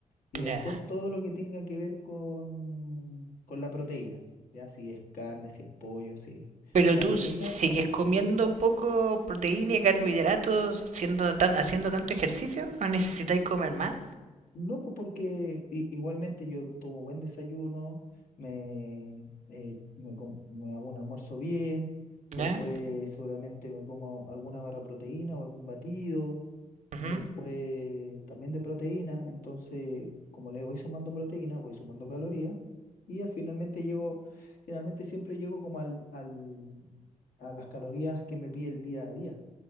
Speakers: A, on the left; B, on the right.
A: Y después
B: Ya.
A: todo lo que tenga que ver con, con la proteína, ya si es carne, si es pollo, si
B: Pero
A: la
B: tú
A: proteína
B: sigues
A: también.
B: comiendo un poco proteína y carbohidratos, siendo tan- haciendo tanto ejercicio, ¿no necesitáis comer más?
A: No, pues porque i- igualmente yo tomo buen desayuno, me, eh, me, com- me hago un almuerzo bien, después
B: Ya,
A: seguramente me como alguna barra de proteína o algún batido,
B: ujú,
A: después también de proteína, entonces como le voy sumando proteína, voy sumando calorías y al finalmente llego, generalmente siempre llego como al, al, a las calorías que me pide el día a día.